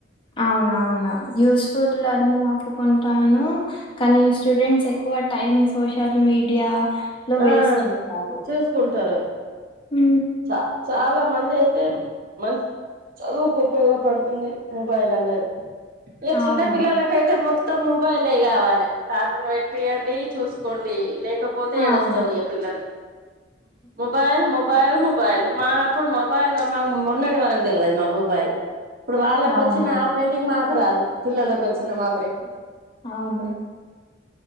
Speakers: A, on the left; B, on the right.
A: అవునవును యూస్ఫుల్ అన్ని అప్పు ఉంటాను కానీ స్టూడెంట్స్ ఎక్కువ టైమ్ సోషల్ మీడియా లో
B: ఆ
A: వేస్ట్ చేస్తారు <inaudible>
B: చూసుకుంటారు
A: ఉ
B: చ చాలా మంది అయితే మంచి చదువుకు ఉపయోగపడుతుంది మొబైల్ అన్నది ఇక
A: అవును
B: చిన్న పిల్లలకైతే మొత్తం మొబైలే కావాలి కార్టూన్ పెట్టియండి చూసుకోండి లేకపోతే
A: అవును
B: ఏడొస్తారు ఇక పిల్లలు మొబైల్ మొబైల్ మొబైల్ మా అప్పుడు మొబైల్ మా మొన్నటి వరకు తెలివది మా మొబైల్ ఇప్పుడు వాళ్ళకి
A: అవును
B: వచ్చిన ఆపరేటింగ్ మాకు రాదు పిల్లలకు వచ్చిన మా
A: అవును